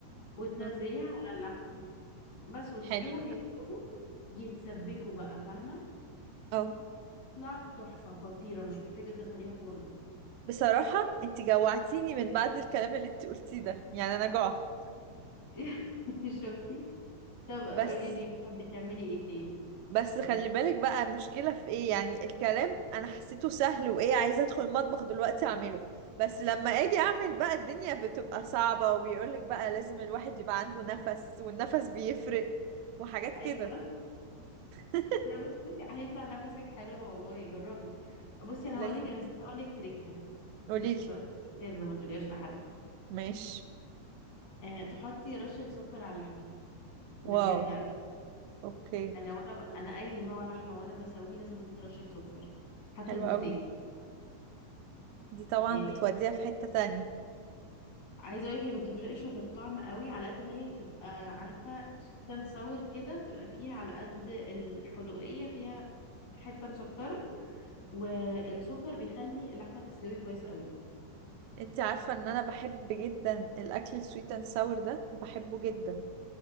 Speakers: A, on the left (about 45°); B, on the right (about 80°).
A: وتنزليها
B: اه
A: على اللحمه بس وتسيبيهم
B: حلو
A: يستووا يتسبكوا بقى فاهمه
B: اه
A: طلعت تحفه خطيره مش محتاجه تدخليها فرن
B: بصراحة انت جوعتيني من بعد الكلام اللي انت قلتيه ده يعني انا جوعت
A: <laughs> شفتي طب
B: بس
A: قولي لي بتعملي ايه تاني
B: بس خلي
A: قولي-
B: بالك بقى المشكلة في ايه يعني الكلام انا حسيته سهل وايه عايزة ادخل المطبخ دلوقتي اعمله بس لما اجي اعمل بقى الدنيا بتبقى صعبة وبيقولك بقى لازم الواحد يبقى عنده نفس والنفس بيفرق وحاجات
A: ايوه
B: كده <laughs>
A: لا بس انت هيطلع نفسك حلو والله جربي بصي انا
B: لازم
A: هقول لك انا هقول لك تريك
B: قوليلي
A: بس سر ما تقوليهاش لحد
B: ماشي
A: آه تحطي رشة سكر على اللحمة ده
B: واو
A: بجد عادي.
B: اوكي
A: انا وانا ب... انا اي نوع لحمة وانا بسويه لازم احط رشة سكر حتى
B: حلو
A: البوفتيك
B: قوي دي طبعا
A: يعني
B: بتوديها في حتة تانية
A: عايزة اقولك هي ما بتفرقش في الطعم قوي على قد ما هي بتبقى عارفة سويت اند ساور كده بتبقى فيها على قد الحدوقية فيها حتة مسكرة والسكر بيخلي اللحمة تستوي كويس قوي
B: انت عارفة ان انا بحب جدا الاكل السويت اند ساور ده بحبه جدا